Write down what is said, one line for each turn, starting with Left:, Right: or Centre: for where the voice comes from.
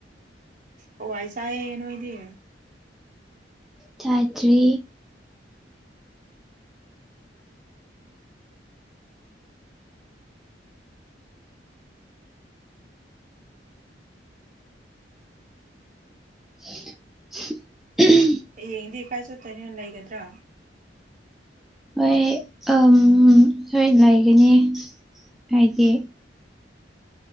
Right: ꯍꯋꯥꯏ ꯆꯥꯏꯌꯦ ꯅꯣꯏꯗꯤ
Centre: ꯆꯥꯗ꯭ꯔꯤ
Right: <inaudible> <inaudible>
Centre: <inaudible>
Right: ꯍꯌꯦꯡꯗꯤ ꯀꯥꯏ ꯆꯠ ꯇꯣꯏꯅꯣ ꯂꯩꯒꯗ꯭ꯔꯥ
Centre: ꯍꯣꯢ ꯑꯝ ꯍꯣꯢ ꯂꯩꯒꯅꯤ ꯍꯥꯢꯗꯤ